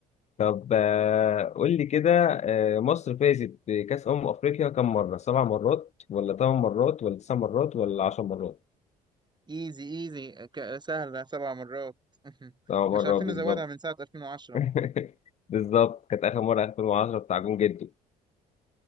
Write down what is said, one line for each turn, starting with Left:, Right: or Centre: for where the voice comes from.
Left: طب آه، قول لي كده آه، مصر فازت بكأس أمم أفريقيا كم مرة؟ سبع مرات ولا ثمان مرات ولا تسع مرات ولا عشر مرات؟
Right: ايزي ايزي ك- سهلة سبع مرات <laughs>
Left: سبع مرات
Right: مش عارفين
Left: بالظبط
Right: نزودها من ساعة 2010
Left: <laughs> بالظبط كانت آخر مرة 2010 بتاع جون جدو